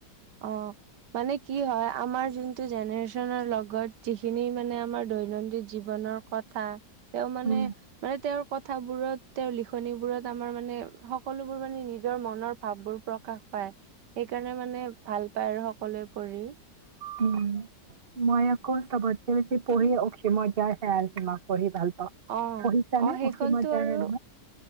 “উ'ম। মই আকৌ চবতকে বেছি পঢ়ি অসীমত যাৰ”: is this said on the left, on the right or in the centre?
Right